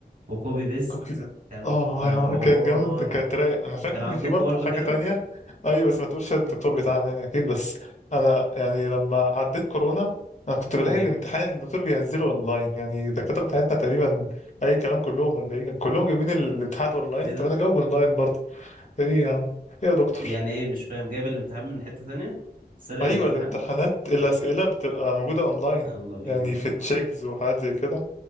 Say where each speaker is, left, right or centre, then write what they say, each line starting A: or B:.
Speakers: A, on the right; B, on the left.
A: وكوبي بيست
B: وكده
A: كان
B: اه
A: كان حوار
B: كانت جامد كانت رايقة انا فاكر
A: كان
B: ان
A: عندكم
B: في برضه
A: برضو
B: حاجة
A: كده
B: تانية ايوه بس ما تقولش الدكتور بتاعنا يعني اكيد بس انا يعني لما عديت كورونا انا كنت بلاقي
A: امم
B: الامتحان الدكتور بينزله اونلاين يعني الدكاترة بتاعتنا تقريبا اي كلام كلهم ولا ايه كلهم جايبين الامتحانات اونلاين
A: ايه
B: طب
A: ده
B: انا جاوب اونلاين برضه ايه يا عم ايه يا دكتور
A: يعني ايه مش فاهم جايب الامتحان من حته تانية سرق
B: ايوه
A: الامتحان
B: الامتحانات الاسئلة بتبقى موجودة اونلاين
A: يلا بينا
B: يعني في تشيكز وحاجات زي كده